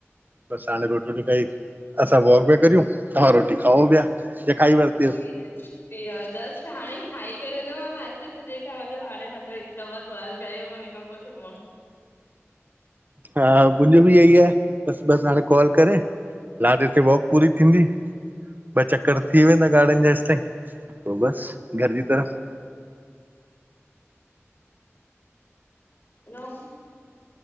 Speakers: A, on the right; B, on the left.
A: बस साणे रोटी वोटी खाई। असां वॉक बि करियूं तव्हां रोटी खाओ पिया। या खाई वरितव
B: जी जस्ट हाणे ई हाई करे मां मैसेज ॾिठा वञो हाणे हलो हिकु वक़्तु। काल कयु उन खां पोइ सुमउ
A: हा मुंहिंजो बि इहेई आहे बसि बसि हाणे कॉल करे। लादे <unintelligible> ते वॉक पूरी थींदी। ॿ चकर थी वेंदा गार्डन जा जेसि ताईं पोइ बसि घर जी तरफ़।
B: ॿियो